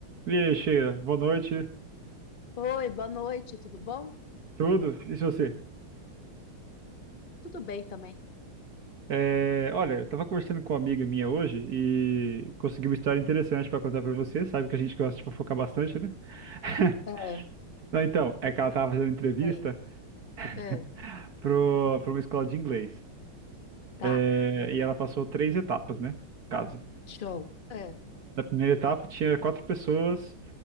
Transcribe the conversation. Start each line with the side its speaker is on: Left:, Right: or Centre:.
Right: E aí, Sheila, boa noite,
Left: Oi, boa noite, tudo bom?
Right: tudo? E se você?
Left: Tudo bem também,
Right: É, olha, eu tava conversando com uma amiga minha hoje e consegui uma história interessante pra contar pra você, sabe que a gente gosta de fofocar bastante, né? <laughs>
Left: Ah,
Right: Não, então, é que ela tava fazendo
Left: diz
Right: entrevista
Left: aí.
Right: <laughs>
Left: ah,
Right: pro, pra uma escola de inglês.
Left: tá,
Right: É, e ela passou três etapas, né? no Caso.
Left: show. Ah,
Right: Na primeira etapa tinha quatro pessoas